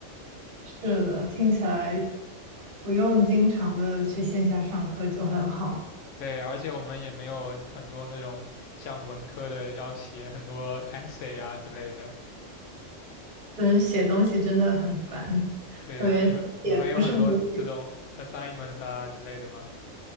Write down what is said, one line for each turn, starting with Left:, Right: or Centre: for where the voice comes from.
Right: 是的，听起来不用经常的去线下上课就很好。
Left: 对，而且我们也没有很多那种像文科的要写很多 essay 啊之类的。
Right: 嗯，写东西真的很烦，
Left: 对呀，
Right: 特别是写不是母语
Left: 你们你们有很多这种 assignment 啊之类的吗？